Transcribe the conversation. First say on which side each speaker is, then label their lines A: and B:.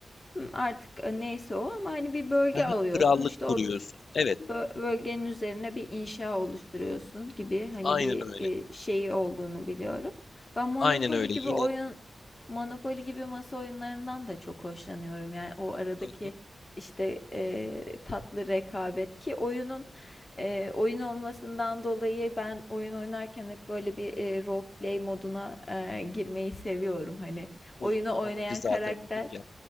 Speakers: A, on the left; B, on the left.
A: Hı, Artık e, neyse o ama hani bir bölge
B: Hı hı,
A: alıyorsun.
B: Krallık
A: İşte
B: kuruyorsun.
A: o
B: Evet,
A: bö- bölgenin üzerine bir inşa oluşturuyorsun gibi hani
B: aynen
A: bir
B: öyle.
A: e, şeyi olduğunu biliyorum. Ben Monopoly
B: Aynen öyle.
A: gibi
B: Yine
A: oyun Monopoly gibi masa oyunlarından da çok hoşlanıyorum. Yani o aradaki
B: hı hı,
A: işte e, tatlı rekabet ki oyunun e, oyun olmasından dolayı ben oyun oynarken hep böyle bir e, role play moduna e, girmeyi seviyorum. Hani oyunu
B: oyunun
A: oynayan
B: amacı zaten
A: karakter
B: odur ya.